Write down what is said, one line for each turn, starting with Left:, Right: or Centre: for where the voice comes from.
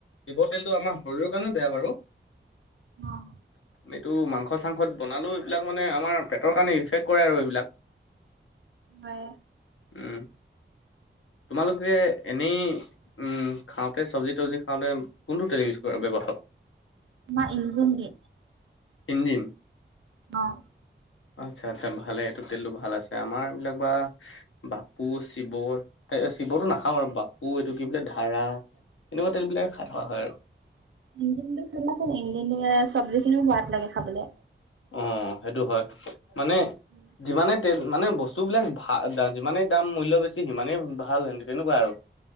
Left: তিব তেলটো আমাৰ শৰীৰৰ কাৰণেও বেয়া বাৰু।
Right: অ'।
Left: এইটো মাংস চাংসত বনালেও এইবিলাক মানে আমাৰ পেটৰ কাৰণে ইনফেক্ট কৰে আৰু এইবিলাক।
Right: হয়।
Left: উম। তোমালোকে এনেই উম, খাওঁতে চব্জি তব্জি খাওঁতে কোনটো তেল ইউজ কৰা ব্যয়ৱহা
Right: মা ইনগুন গে।
Left: ইঞ্জিন?
Right: অ'।
Left: আচ্ছা আচ্ছা ভালে, এইটো তেলতো ভাল আছে, আমাৰবিলাক বা বাপু, শিৱৰ। তে শিৱতটো নাখাওঁ আৰু বাপু এইটো কি বোলে ধাৰা এনেকুৱা তেলবিলাকে খাই থকা হয় আৰু।
Right: ইঞ্জিনটো খাবাচোন, ইঞ্জিন দিলে চব্জিখিনিও সোৱাদ লাগে খাবলৈ।
Left: অ' সেইটো হয়, মানে
Right: উম।
Left: যিমানে তে মানে বস্তুবিলাক ভা দা-যিমানেই দাম মূল্য বেছি সিমানেই ভাল হেন তেনেকুৱা আৰু।